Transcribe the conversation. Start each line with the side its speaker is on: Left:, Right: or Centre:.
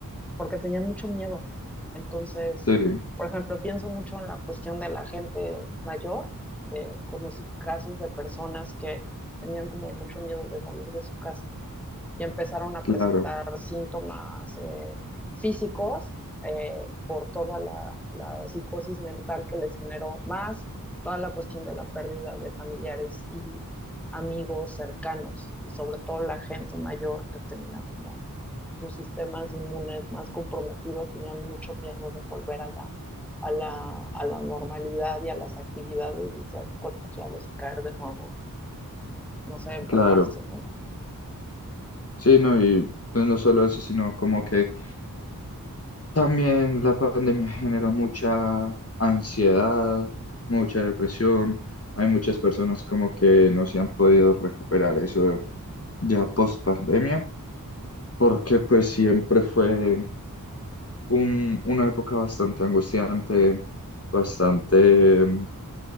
Centre: porque tenían mucho miedo. Entonces,
Left: Sí,
Centre: por ejemplo, pienso mucho en la cuestión de la gente mayor. Eh, conocí casos de personas que tenían como mucho miedo de salir de su casa ya empezaron a
Left: claro,
Centre: presentar síntomas eh, físicos eh, por toda la, la psicosis mental que les generó, más toda la cuestión de la pérdida de familiares y amigos cercanos, y sobre todo la gente mayor que tenía como sus sistemas inmunes más comprometidos, tenían mucho miedo de volver a la, a la, a la normalidad y a las actividades y ser contagiados y caer de nuevo en, no sé, enfermarse,
Left: claro.
Centre: ¿no?
Left: Sí, no, y pues no solo eso, sino como que... También la pandemia generó mucha ansiedad, mucha depresión. Hay muchas personas como que no se han podido recuperar eso ya post pandemia, porque pues siempre fue un- una época bastante angustiante, bastante